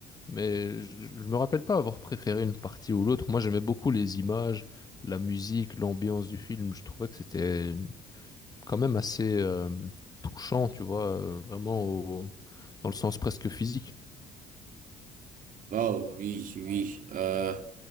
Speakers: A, on the left; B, on the right.
A: Mais je, je me rappelle pas avoir préféré une partie ou l'autre. Moi, j'aimais beaucoup les images, la musique, l'ambiance du film. Je trouvais que c'était quand même assez euh, touchant, tu vois, euh, vraiment au- dans le sens presque physique.
B: Oh oui, oui. euh,